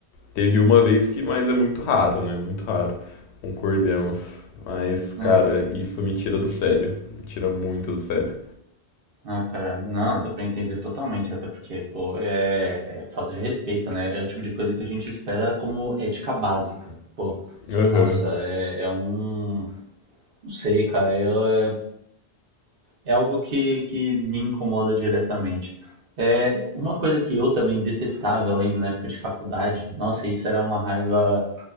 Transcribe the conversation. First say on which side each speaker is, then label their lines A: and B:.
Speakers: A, on the left; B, on the right.
A: teve uma vez que, mas é muito raro, né? Muito raro. Concordemos. Mas,
B: né?
A: cara, isso me tira do sério. Me tira muito do sério.
B: Ah, cara, não, dá pra entender totalmente, até porque, pô, é, é falta de respeito, né? É o tipo de coisa que a gente espera como ética básica. Pô,
A: Aham.
B: nossa, é, é um. Não sei, cara, é, é- é algo que, que me incomoda diretamente. É uma coisa que eu também detestava, eu lembro na época de faculdade, nossa, isso era uma raiva